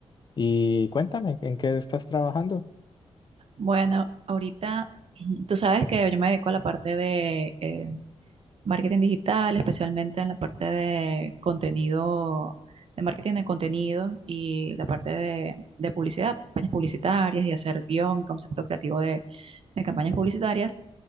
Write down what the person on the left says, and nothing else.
Y cuéntame, ¿en qué estás trabajando?